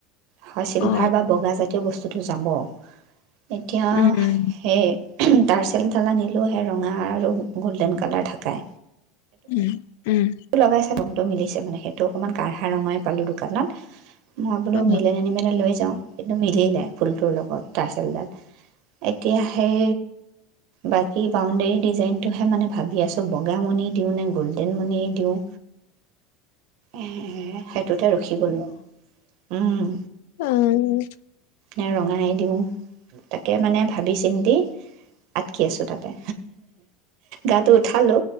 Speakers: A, on the right (about 65°); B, on the left (about 75°).
A: হয় চিল্ভাৰ
B: উম অ
A: বা বগা জাতীয় বস্তু টো যাব এতিয়া
B: উম
A: সেই তাৰ্চেলডাল আনিলেও সেই ৰঙা আৰু গল্ডেন কালাৰ থাকে
B: উম! উম
A: লগাইছা নে, টো মিলিছে মানে সেইটো অকণমান কাঢ়া ৰঙাই পালো দোকানত মই বোলো
B: অ
A: মিলেনে নিমিলে লৈ যাওঁ এইটো মিলিলে ফুলটোৰ লগত তাঁচেলডাল এতিয়া সেই বাকী বাউণ্ডেৰী ডিজাইনটোহে মানে ভাবি আছো বগা মণি দিওঁ নে গল্ডেন মণি, তেওঁ এ সেইটোতে ৰখি গলো। উওম
B: অ'
A: নে ৰঙাই দিওঁ তাকে মানে ভাবি চিন্তি আটকি আছো তাতে, গাটো উঠালো